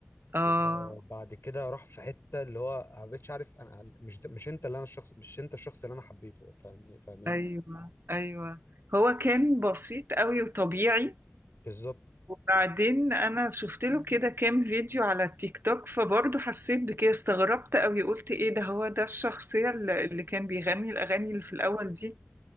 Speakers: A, on the right; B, on the left.
A: اه
B: وبعد كده راح في حته اللي هو ما بقتش عارف انا مش ده مش انت اللي انا الشخص مش انت الشخص اللي انا حبيته فاهمني فاهمني
A: ايوه ايوه هو كان بسيط قوي وطبيعي
B: بالظبط
A: وبعدين انا شفت له كده كام فيديو على التيك توك فبرضه حسيت بكده استغربت قوي قلت ايه ده هو ده الشخصية اللي اللي كان بيغني الاغاني اللي في الاول دي